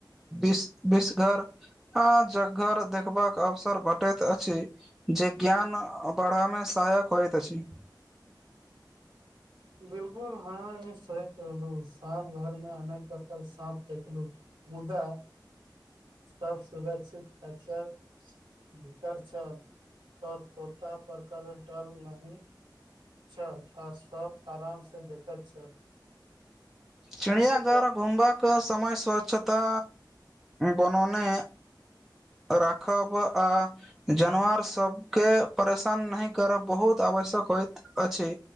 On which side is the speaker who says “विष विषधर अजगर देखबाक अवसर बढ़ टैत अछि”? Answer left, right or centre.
Centre